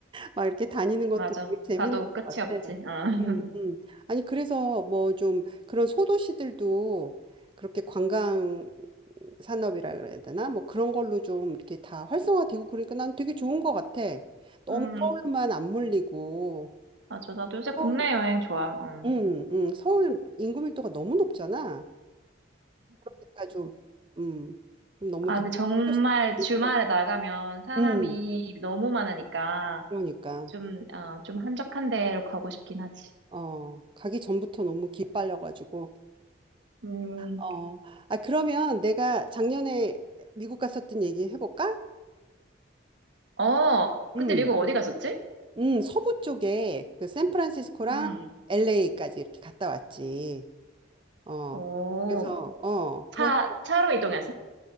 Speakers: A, on the right; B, on the right.
A: 막 이렇게 다니는 것도
B: 맞아.
A: 되게 재밌는
B: 가도
A: 것
B: 끝이
A: 같아.
B: 없지. 응.
A: 음,
B: <laughs>
A: 음. 아니, 그래서 뭐 좀 그런 소도시들도 그렇게 관광 산업이라 그래야 되나? 뭐 그런 걸로 좀 이렇게 다 활성화되고 그러니까 난 되게 좋은 것 같아. 너무
B: 음,
A: 서울만 안 몰리고
B: 맞아. 나도 요새 국내
A: 서울,
B: 여행 좋아. 음.
A: 음, 음, 서울 인구 밀도가 너무 높잖아. 그러니까 좀, 음, 좀 너무
B: 아,
A: 더
B: 근데 정말
A: 스트레스 받고
B: 주말에
A: 있어요.
B: 나가면 사람이
A: 음,
B: 너무 많으니까
A: 그러니까
B: 좀, 어, 좀 한적한 데로 가고 싶긴 하지.
A: 어 가기 전부터 너무 기빨려가지고.
B: 음,
A: 어, 아, 그러면 내가 작년에 미국 갔었던 얘기 해볼까?
B: 어, 그때
A: 음,
B: 미국 어디 갔었지?
A: 음, 서부 쪽에 그 샌프란시스코랑
B: 음.
A: LA까지 이렇게 갔다 왔지. 어,
B: 오,
A: 그래서, 어, 그래서,
B: 차, 차로 이동해서?